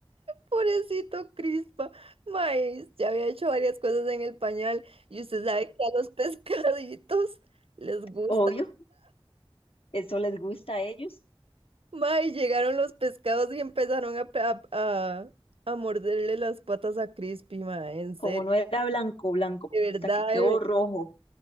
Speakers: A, on the right; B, on the left.
A: Pobrecito Crispa. Maíz, ya había hecho varias cosas en el pañal. Y usted sabe que a los <laughs> pescaditos les gusta.
B: Obvio, eso les gusta a ellos.
A: Mae, llegaron los pescados y empezaron a, pe- a, a- a morderle las patas a Crispy, mae, en serio,
B: Como no era blanco, blanco,
A: de verdad,
B: hasta que quedó
A: de ver-
B: rojo.